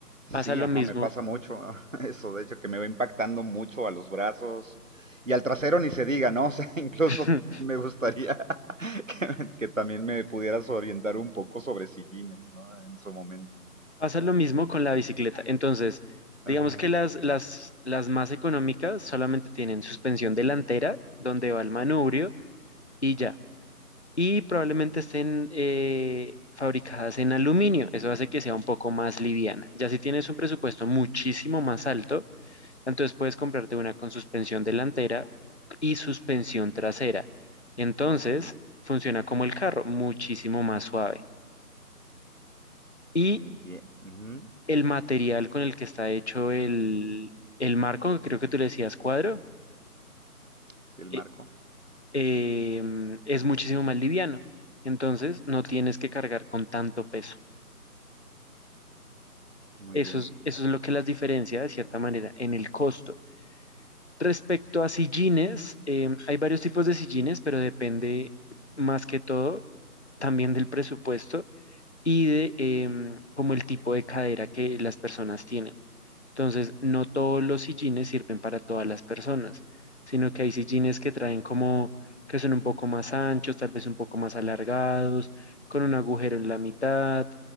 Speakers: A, on the left; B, on the right.
A: Pasa
B: Sí,
A: lo
B: ajá,
A: mismo,
B: me pasa mucho <laughs> eso, de hecho, que me va impactando mucho a los brazos y al trasero ni se diga, ¿no? O sea, <laughs> incluso
A: <clears throat> <laughs>
B: me gustaría <laughs> que, me- que también me pudieras orientar un poco sobre sillines, ¿no? En su momento.
A: pasa lo mismo con la bicicleta. Entonces, digamos
B: Ajá.
A: que las, las, las más económicas solamente tienen suspensión delantera, donde va el manubrio
B: O-
A: y ya. Y probablemente estén eh, fabricadas en aluminio. Eso hace que sea un poco más liviana. Ya si tienes un presupuesto muchísimo más alto, Entonces puedes comprarte una con suspensión delantera y suspensión trasera. Entonces
B: ok,
A: funciona como el carro, muchísimo más suave. Y
B: entiendo.
A: el material con el que está hecho el, el marco, que creo que tú le decías cuadro,
B: Sí, el
A: e-
B: marco.
A: em, es muchísimo más liviano. Entonces no tienes que cargar con tanto peso.
B: Muy
A: Eso
B: bien.
A: es, eso es lo que las diferencia de cierta manera en el costo. Respecto a sillines, em, hay varios tipos de sillines, pero depende más que todo también del presupuesto y de em, como el tipo de cadera que las personas tienen. Entonces, no todos los sillines sirven para todas las personas, sino que hay sillines que traen como que son un poco más anchos, tal vez un poco más alargados, con un agujero en la mitad,